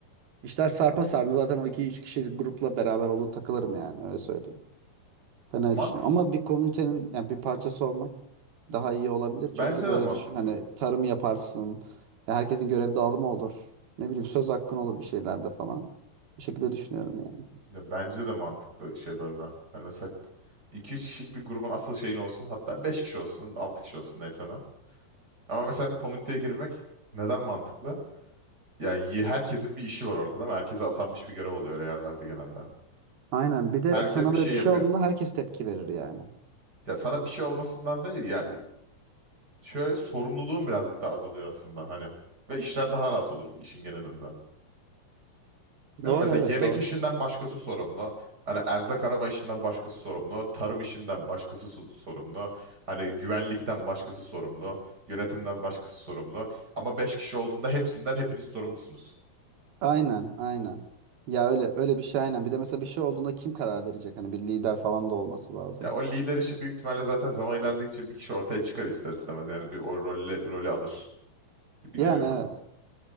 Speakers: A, on the right; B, on the right.
A: İşler sarpa sardı. Zaten o 2-3 kişilik grupla beraber olur takılırım yani. Öyle söyleyeyim. Ben öyle
B: Mant
A: düşünüyorum. Ama bir komünitenin yani bir parçası olmak daha iyi olabilir.
B: bence
A: Çünkü böyle
B: de mantıklı.
A: düşün hani tarım yaparsın. Ya herkesin görev dağılımı olur. Ne bileyim söz hakkın olur bir şeylerde falan. Bu şekilde düşünüyorum yani.
B: Ya bence de mantıklı şey bu arada. Hani mesela iki üç kişilik bir grubun asıl şeyin olsun. Hatta 5 kişi olsun, 6 kişi olsun neyse ne. Ama mesela bir komüniteye girmek neden mantıklı? Yani y- herkesin bir işi var orada değil mi? Herkese atanmış bir görev oluyor yerlerde genelde.
A: Aynen. Bir de
B: Herkes
A: sana
B: bir
A: böyle
B: şey
A: bir
B: yapıyor.
A: şey olduğunda herkes tepki verir yani.
B: Ya sana bir şey olmasından değil ya şöyle sorumluluğun birazcık daha azalıyor aslında hani. Ve işler daha rahat olur işin genelinde. Değil
A: Doğru
B: mi? Mesela
A: evet
B: yemek
A: doğru.
B: işinden başkası sorumlu. Hani erzak arama işinden başkası sorumlu. Tarım işinden başkası so- sorumlu. Hani güvenlikten başkası sorumlu. Yönetimden başkası sorumlu. Ama 5 kişi olduğunda hepsinden hepiniz sorumlusunuz.
A: Aynen, aynen. Ya öyle öyle bir şey aynen. Bir de mesela bir şey olduğunda kim karar verecek? Hani bir lider falan da olması lazım.
B: Ya o lider işi büyük ihtimalle zaten zaman ilerledikçe bir kişi ortaya çıkar ister istemez. Yani bir o rolle, rolü alır gibi
A: Yani
B: geliyor bana.
A: evet.